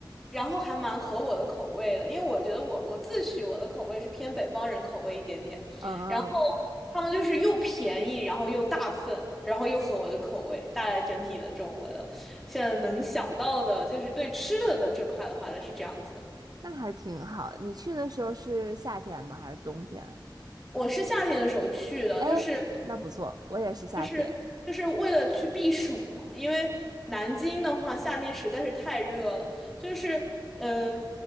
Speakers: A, in the centre; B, on the right.
A: 然后还蛮合我的口味的，因为我觉得我我自诩我的口味是偏北方人口味一点点，
B: 嗯
A: 然后他们就是又便宜，然后又大份，然后又合我的口味，大概整体的这种我的现在能想到的就是对吃的的这块的话呢是这样子的。
B: 那还挺好。你去的时候是夏天吗？还是冬天啊？
A: 我是夏天的时候去的，
B: 哎，
A: 就是。
B: 那不错，我也是夏天。
A: 就是就是为了去避暑嘛，因为南京的话夏天实在是太热了，就是嗯、呃